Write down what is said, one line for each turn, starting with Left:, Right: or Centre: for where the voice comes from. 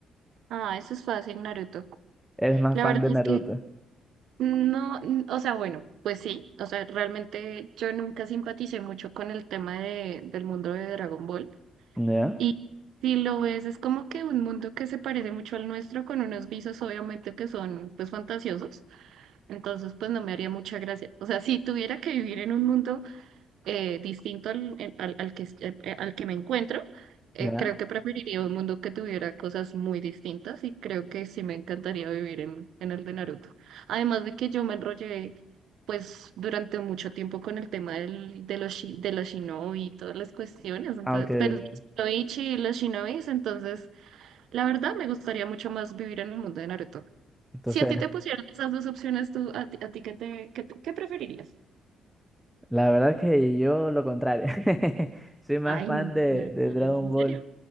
Right: Ah, eso es fácil, Naruto.
Centre: Eres más
Right: La
Centre: fan
Right: verdad
Centre: de
Right: es
Centre: Naruto.
Right: que no, n- o sea, bueno, pues sí, o sea, realmente yo nunca simpaticé mucho con el tema de, del mundo de Dragon Ball.
Centre: ¿Ya?
Right: Y si lo ves, es como que un mundo que se parece mucho al nuestro, con unos visos obviamente que son pues fantasiosos. Entonces, pues no me haría mucha gracia. O sea, si tuviera que vivir en un mundo eh, distinto al, en- al, al que, es- eh, eh, al que me encuentro, eh,
Centre: ¿Ya?
Right: creo que preferiría un mundo que tuviera cosas muy distintas y creo que sí me encantaría vivir en, en el de Naruto. Además de que yo me enrollé, pues, durante mucho tiempo con el tema del, de los, shi- de los shinobi y todas las cuestiones, entonces,
Centre: Ah, ok, ok.
Right: pero los shinoichi y los shinobis, entonces, la verdad me gustaría mucho más vivir en el mundo de Naruto.
Centre: Entonces,
Right: Si a ti te pusieran esas dos opciones, tú, a ti, a ti ¿qué te, qué, te- qué preferirías?
Centre: la verdad es que yo lo contrario. <laughs> Soy más
Right: Ay,
Centre: fan
Right: no,
Centre: de,
Right: no,
Centre: de
Right: no,
Centre: Dragon
Right: es en
Centre: Ball.
Right: serio.